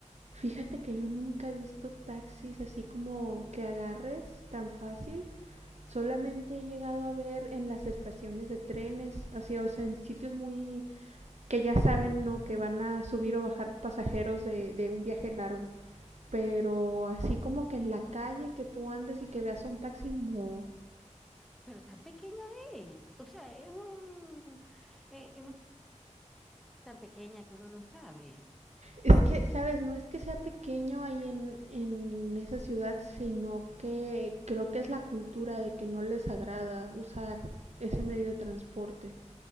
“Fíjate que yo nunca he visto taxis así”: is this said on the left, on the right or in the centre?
Right